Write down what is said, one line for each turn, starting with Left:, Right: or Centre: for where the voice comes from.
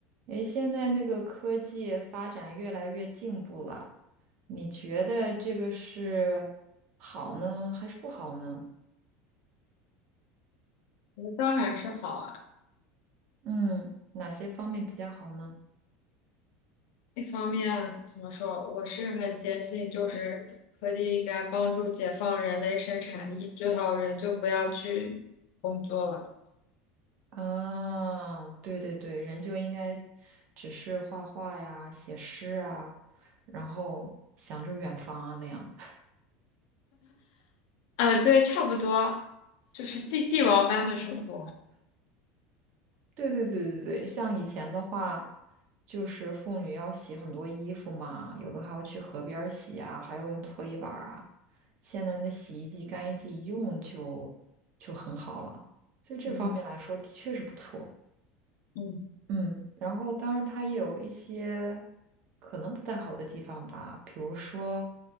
Right: 诶，现在那个科技发展越来越进步了，你觉得这个是好呢，还是不好呢？
Left: 当然是好啊。
Right: 嗯，哪些方面比较好呢？
Left: 一方面怎么说，我是很坚信，就是科技应该帮助解放人类生产力，最好人就不要去工作了。
Right: 啊，对对对，人就应该只是画画呀、写诗啊，然后想着远方啊那样。
Left: 呃，对，差不多，就是帝帝王般的生活。
Right: 对对对对对，像以前的话，就是妇女要洗很多衣服嘛，有的还要去河边儿洗啊，还要用搓衣板儿啊。现在那洗衣机、干衣机一用就就很好了，所以这方面来说的确是不错。
Left: 嗯嗯
Right: 嗯，然后当然它也有一些可能不太好的地方吧，比如说，